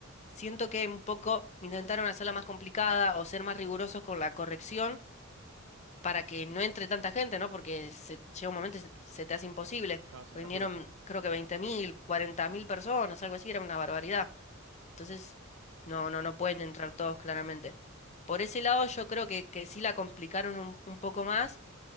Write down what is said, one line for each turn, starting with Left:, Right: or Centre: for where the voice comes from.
Left: siento que un poco intentaron hacerla más complicada o ser más rigurosos con la corrección para que no entre tanta gente, ¿no? Porque se, llega un momento y se, se te hace imposible.
Right: Claro, se
Left: Vinieron,
Right: satura.
Left: creo que veinte mil, cuarenta mil personas, algo así, era una barbaridad. Entonces, no, no, no pueden entrar todos claramente. Por ese lado, yo creo que, que sí la complicaron un, un poco más,